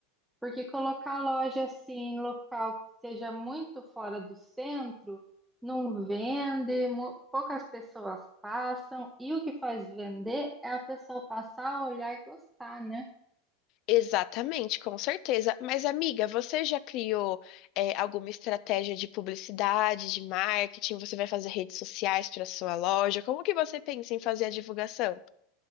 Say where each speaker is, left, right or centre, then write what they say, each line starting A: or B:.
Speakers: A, in the centre; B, on the left.
A: porque colocar loja assim em local que seja muito fora do centro não vende, mu- poucas pessoas passam e o que faz vender é a pessoa passar, olhar e gostar, né?
B: Exatamente, com certeza. Mas, amiga, você já criou, é, alguma estratégia de publicidade, de marketing? Você vai fazer redes sociais para sua loja? Como que você pensa em fazer a divulgação?